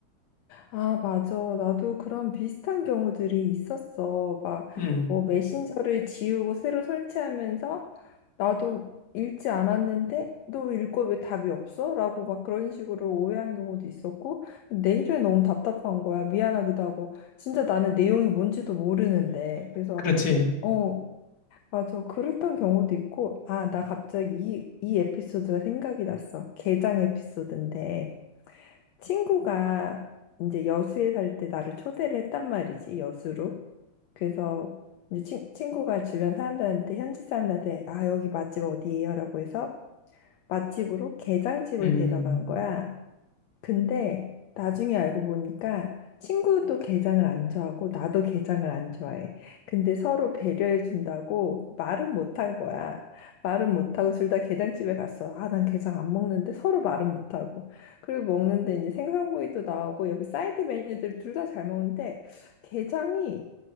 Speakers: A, on the left; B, on the left.
A: 아, 맞아. 나도 그런 비슷한 경우들이 있었어. 막,
B: 음,
A: 뭐, 메신저를 지우고 새로 설치하면서 나도 읽지 않았는데, 너 읽고 왜 답이 없어? 라고 막 그런 식으로 오해한 경우도 있었고, 내일은 너무 답답한 거야. 미안하기도 하고, 진짜 나는 내용이 뭔지도 모르는데. 그래서,
B: 그렇지.
A: 어, 맞아. 그랬던 경우도 있고, 아, 나 갑자기 이, 이 에피소드가 생각이 났어. 게장 에피소드인데. 친구가 이제 여수에 살 때 나를 초대를 했단 말이지, 여수로. 그래서 이제 친, 친구가 주변 사람들한테, 현지 사람들한테, 아, 여기 맛집 어디예요? 라고 해서 맛집으로 게장집을
B: 음,
A: 데려간 거야. 근데 나중에 알고 보니까 친구도 게장을 안 좋아하고 나도 게장을 안 좋아해. 근데 서로 배려해 준다고 말은 못 한 거야. 말은 못하고 둘 다 게장집에 갔어. 아, 난 게장 안 먹는데 서로 말은 못하고. 그리고 먹는데 이제 생선구이도 나오고 옆에 사이드 메뉴들 둘 다 잘 먹는데 게장이